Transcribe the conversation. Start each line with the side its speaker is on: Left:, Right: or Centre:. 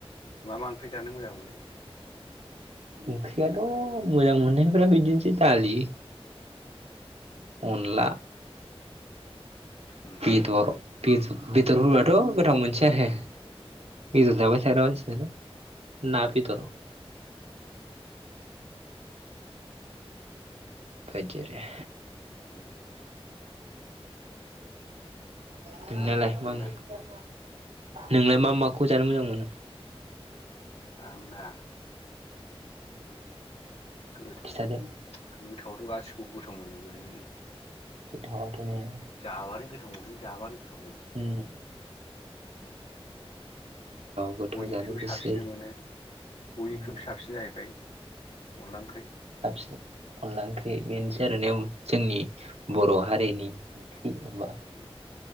Left: मा मा ओंख्रि जानो मोजां मोनो?
Right: ओंख्रियाथ' मोजां मोननायफ्रा बिदिनोसै दालि? अनला।
Left: उम
Right: बेदर बेदर होबाथ' गोथाव मोनसै आरो। बेदर
Left: उम
Right: जाबायथाग्रा मानसिनालाय। ना बेदर।
Left: औ
Right: बायदि आरो।
Left: उम
Right: नोंनायालाय
Left: बेबायदिजोंनो
Right: मा ओंख्रि?
Left: ना
Right: नोंलाय मा
Left: उम
Right: माखौ जानो मोजां मोनो?
Left: आंना
Right: <unintelligible>
Left: गोथाव
Right: खिथादो
Left: गोथाव आथ' गासिखौबो गोथाव मोनजोबोलै।
Right: गोथावाथ'नो।
Left: जाबानो गोथाव मोनो जाबानो गोथाव मोनो
Right: हुम
Left: उम
Right: गोथाव
Left: बयनिख्रुइबो
Right: जानो गोसो
Left: साबसिन मोनो
Right: उम
Left: बयनिख्रुइबो साबसिन जाहैबाय अनला ओंख्रि।
Right: साबसिन अनला ओंख्रि बेनोसै आरो जोंनि बर' हारिनि होनबा
Left: औ